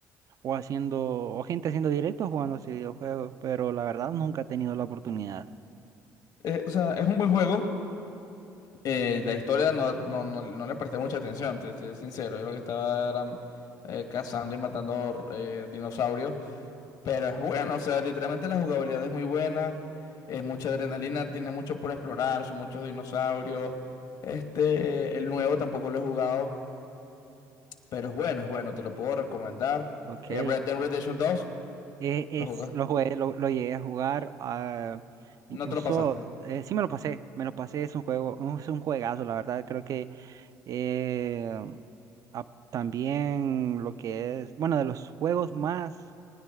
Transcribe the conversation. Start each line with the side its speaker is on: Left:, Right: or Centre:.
Right: o haciendo... o gente haciendo directos jugando ese videojuego, pero la verdad nunca he tenido la oportunidad.
Left: Eh, o sea, es un buen juego. Eh, la historia no, no, no, no le presté mucha atención, te te soy sincero. Yo lo que estaba era, eh, cazando y matando eh, dinosaurios. Pero es buena, o sea, literalmente la jugabilidad es muy buena, es mucha adrenalina, tienes mucho por explorar, son muchos dinosaurios. Este, el nuevo tampoco lo he jugado, pero es bueno, es bueno, te lo puedo recomendar.
Right: Ok.
Left: Eh, Red Dead Redemption dos
Right: Eh, es,
Left: ¿lo jugaste?
Right: lo jugué, lo, lo llegué a jugar, ah, incluso,
Left: No te lo pasaste.
Right: eh, sí me lo pasé, me lo pasé, es un juego, es un juegazo, la verdad, creo que eh, ah, también lo que es, bueno, de los juegos más,